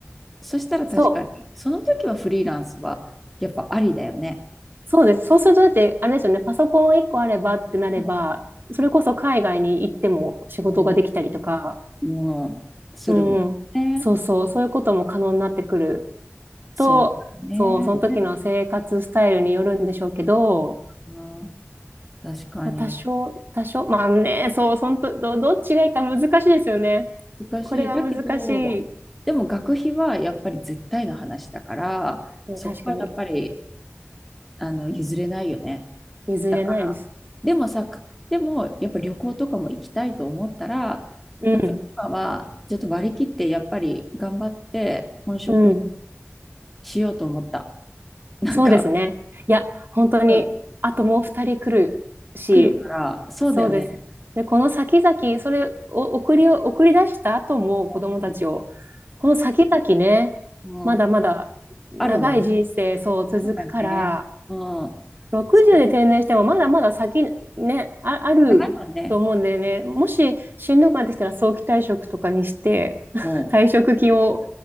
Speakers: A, in the centre; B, on the right.
A: そしたら確かに、
B: そう。
A: その時はフリーランスはやっぱありだよね。
B: そうです。そうすると、だって、あれですよね。パソコン一個あればってなれば、
A: も
B: それこそ海外に行っても仕事ができたりとか、
A: うもうするもんね。
B: うん。そうそう。そういうことも可能になってくる
A: そうだよね。
B: と、そう、その時の生活スタイルによるんでしょうけど、
A: あー確かに。
B: まあ、多少、多少、まあね、そう、そんと、ど、どっちがいいか難しいですよね。
A: 難しい。
B: これは難しい。
A: だけど、でも学費はやっぱり絶対の話だから、
B: うん、
A: そこはやっぱり
B: 確かに。
A: あの譲れないよね。
B: 譲れないです。
A: だから。でもさ、かでもやっぱ旅行とかも行きたいと思ったら、
B: うん。
A: やっぱり今はちょっと割り切ってやっぱり頑張って本職
B: うん。
A: しようと思った。なんか、
B: そうですね。いや、本当に、
A: うん、
B: あともう二人来るし、
A: 来るから、そうだよね。
B: そうです。で、この先々、それを送りを、送り出した後も子供たちを、
A: うん、
B: この先々ね、
A: うん、
B: まだまだ長い人生、
A: うんあるもん。
B: そう、続くから、
A: そうだね。うん。
B: 60で定年してもまだまだ先、
A: それ
B: ね、あ、あると思うんでね、
A: 長いもんね。
B: もししんどくなってきたら早期退職とかにして、<laughs>
A: もう
B: 退職金を